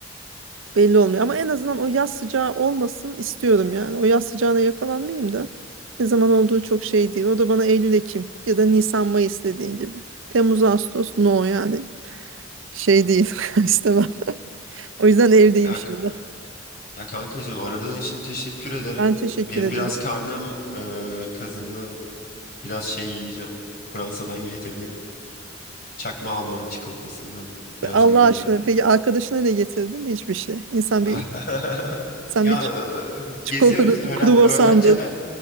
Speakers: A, on the right; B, on the left.
A: Belli olmuyor ama en azından o yaz sıcağı olmasın istiyorum yani. O yaz sıcağına yakalanmayayım da ne zaman olduğu çok şey değil. O da bana Eylül, Ekim ya da Nisan, Mayıs dediğin gibi. Temmuz, Ağustos no yani şey değil <laughs> istemem. O yüzden evdeyim
B: Ya,
A: şimdi.
B: ya kankacığım aradığın için teşekkür ederim.
A: Ben teşekkür
B: Benim
A: ederim.
B: biraz karnım e, kazındı. Biraz şey yiyeceğim. Fransa'dan getirdiğim çakma Alman çikolatasından biraz
A: Ve Allah
B: gömeceğim.
A: aşkına peki arkadaşına ne getirdin? Hiçbir şey. İnsan
B: Ya
A: bir
B: <laughs>
A: sen
B: ya
A: bir ç-
B: e,
A: çikolatadır,
B: geziyoruz öğren
A: bir kruvasandır.
B: öğrenci